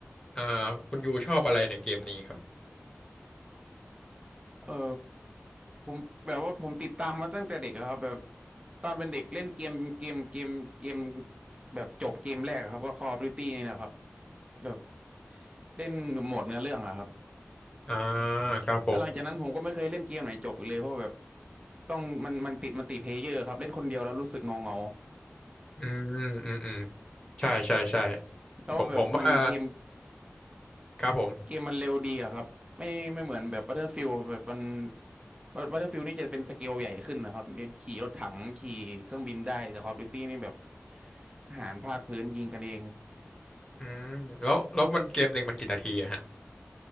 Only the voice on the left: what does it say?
อ่าคุณยูชอบอะไรในเกมนี้ครับ
อ่าครับผม
อืมอืมอืมใช่ใช่ใช่
ผมผมว่าครับผม
อืมแล้วแล้วมันเกมหนึ่งมันกี่นาทีอะฮะ